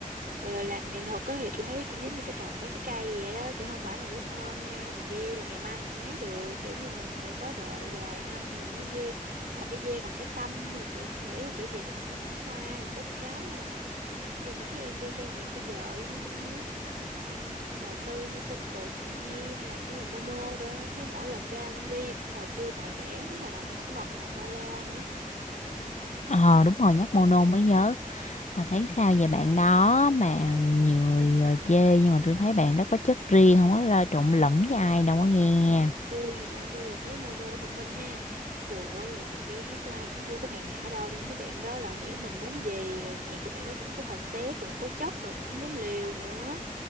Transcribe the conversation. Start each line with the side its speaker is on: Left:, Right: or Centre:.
Right: ờ, làm nghệ thuật á thì tôi thấy cũng giống như cái trồng mấy cái cây vậy đó, kiểu không phải là lúc mà hôm nay mình gieo rồi ngày mai mình hái được, kiểu như mình phải có đợi vài năm rồi mới gieo, mà phải gieo bằng cái tâm rồi kiểu tôi nghĩ là kiểu gì nó cũng phải nở hoa rồi kết trái á bà. Giờ mấy cái em MV ca nhạc bây giờ như, như á, ừm, cũng đầu tư như Sơn Tùng này, Emi hay là chỉ là Mono đó thấy mỗi lần ra MV cũng đầu tư bài bản lắm bà cũng không còn làm qua la nữa
Left: ờ đúng rồi nhắc Mono mới nhớ bà thấy sao về bạn đó mà nhiều người ờ, chê nhưng mà tôi thấy bạn đó có chất riêng không có lo trộn lẫn với ai đâu có nghe
Right: tôi hả tôi thì thấy Mono thông minh ha dù á là nhiều khi hát live cũng chưa có hoàn hảo đâu nhưng các bạn đó là hiểu mình muốn gì rồi nhạc của bạn đó cũng có concept cũng có chất rồi cũng dám liều nữa